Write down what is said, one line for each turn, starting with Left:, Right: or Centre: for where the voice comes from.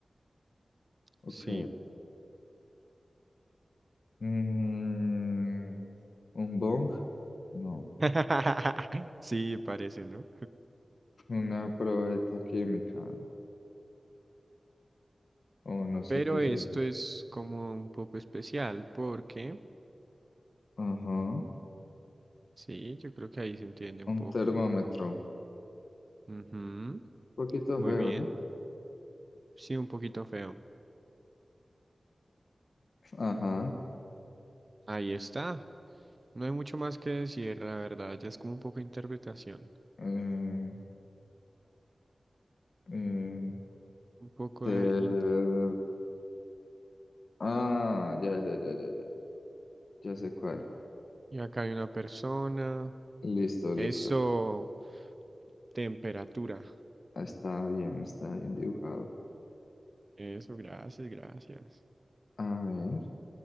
Left: Ok.
Right: Sí.
Left: Mm, ¿un bong? No.
Right: <laughs> Sí, parece, ¿no?
Left: Una probeta química. O no sé
Right: Pero
Left: qué es
Right: esto
Left: eso.
Right: es como un poco especial porque,
Left: Ajá.
Right: sí, yo creo que ahí se entiende un
Left: Un
Right: poco.
Left: termómetro.
Right: Ujú,
Left: poquito
Right: Muy
Left: feo,
Right: bien.
Left: ¿no?
Right: Sí, un poquito feo.
Left: Ajá.
Right: Ahí está. No hay mucho más que decir, la verdad, ya es como un poco de interpretación.
Left: Eh, eh,
Right: Un poco
Left: te-
Right: de... inter-
Left: Ah, ya, ya, ya, ya, ya, ya. Ya sé cuál.
Right: Y acá hay una persona.
Left: Listo, listo.
Right: Eso, temperatura.
Left: Está bien, está bien dibujado.
Right: Eso, gracias, gracias.
Left: A ver,